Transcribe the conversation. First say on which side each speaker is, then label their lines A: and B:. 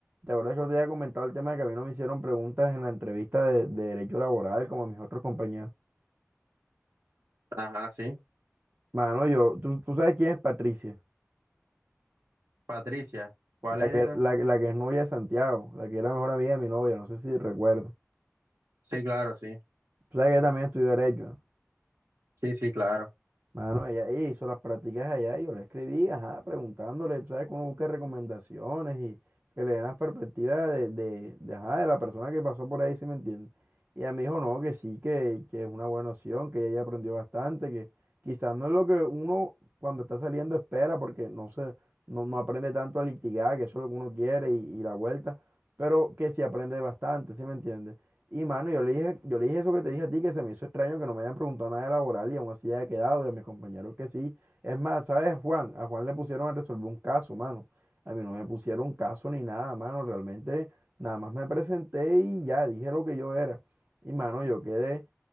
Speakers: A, on the right; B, on the right.
A: ¿te acuerdas que yo te había comentado el tema de que a mí no me hicieron preguntas en la entrevista de, de derecho laboral como a mis otros compañeros?
B: Ajá, sí.
A: Mano, yo, tú, tú sabes quién es Patricia,
B: Patricia, ¿cuál
A: la
B: es
A: que,
B: esa?
A: la, que- la que es novia de Santiago, la que era mejor amiga de mi novia, no sé si recuerdo.
B: Sí, claro, sí.
A: Tú sabes que ella también estudió derecho. ¿no?
B: Sí, sí, claro.
A: Mano, ella, ella hizo las prácticas allá y yo le escribí, ajá, preguntándole, tú sabes que uno busca recomendaciones y que le den las perspectivas de, de, de, ajá, de la persona que pasó por ahí, si me entiende. Y ella me dijo, no, que sí, que, que es una buena opción, que ella ya aprendió bastante, que quizás no es lo que uno cuando está saliendo espera, porque no se, no, no aprende tanto a litigar, que eso es lo que uno quiere y, y la vuelta, pero que sí aprende bastante, si me entiende. Y mano, yo le dije, yo le dije eso que te dije a ti, que se me hizo extraño que no me hayan preguntado nada de laboral y aún así haya quedado y a mis compañeros que sí. Es más, ¿sabes, Juan? A Juan le pusieron a resolver un caso, mano. A mí no me pusieron caso ni nada, mano. Realmente nada más me presenté y ya dije lo que yo era. Y mano, yo quedé.